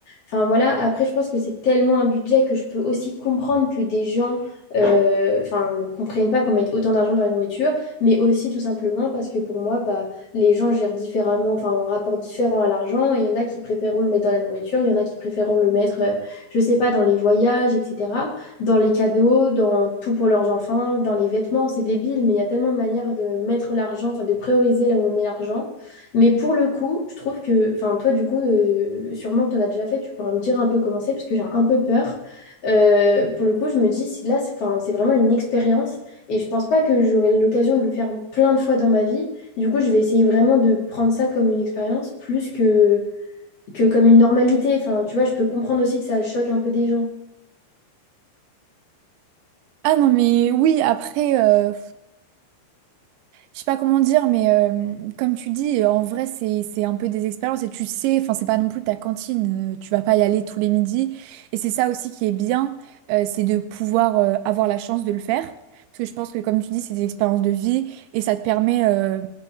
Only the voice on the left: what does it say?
Enfin, voilà. Après, je pense que c'est tellement un budget que je peux aussi comprendre que des gens, euh, enfin, ne comprennent pas qu'on mette autant d'argent dans la nourriture, mais aussi tout simplement parce que pour moi, bah les gens gèrent différemment, enfin, un rapport différent à l'argent. Il y en a qui préféreront le mettre dans la nourriture, il y en a qui préféreront le mettre, euh, je sais pas, dans les voyages, etc., dans les cadeaux, dans tout pour leurs enfants, dans les vêtements. C'est débile, mais il y a tellement de manières de mettre l'argent, enfin, de prioriser là où on met l'argent. Mais pour le coup, je trouve que, enfin, toi, du coup, euh, sûrement que tu en as déjà fait, tu pourras me dire un peu comment c'est, parce que j'ai un peu peur. Euh, pour le coup, je me dis, si là, c'est 'fin, c'est vraiment une expérience et je pense pas que j'aurai l'occasion de le faire plein de fois dans ma vie. Du coup, je vais essayer vraiment de prendre ça comme une expérience plus que, que comme une normalité. Enfin, tu vois, je peux comprendre aussi que ça choque un peu des gens.